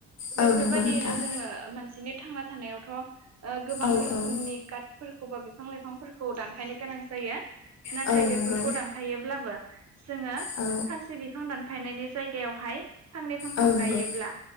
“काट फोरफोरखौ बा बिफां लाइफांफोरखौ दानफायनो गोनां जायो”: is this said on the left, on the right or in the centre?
Right